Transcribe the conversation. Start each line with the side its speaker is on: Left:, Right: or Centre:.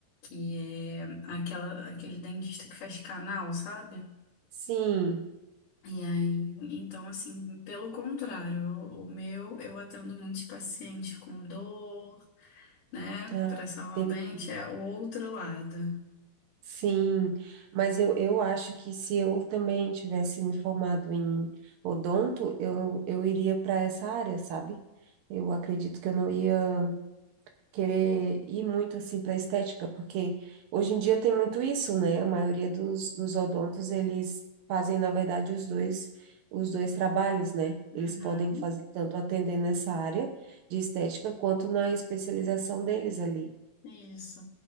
Left: E é aquela, aquele dentista que faz canal, sabe?
Right: sim.
Left: E aí, então, assim, pelo contrário, o o meu, eu atendo muitos pacientes com dor, né?
Right: Ah,
Left: Para salvar
Right: entendi.
Left: o dente, é o outro lado.
Right: Sim. Mas eu, eu acho que se eu também tivesse me formado em odonto, eu, eu iria para essa área, sabe? Eu acredito que eu não ia querer ir muito assim para estética, porque hoje em dia tem muito isso, né? A maioria dos, dos odontos, eles fazem, na verdade, os dois, os dois trabalhos, né?
Left: Uhum,
Right: Eles podem fazer tanto atender nessa área de estética quanto na especialização deles ali.
Left: isso.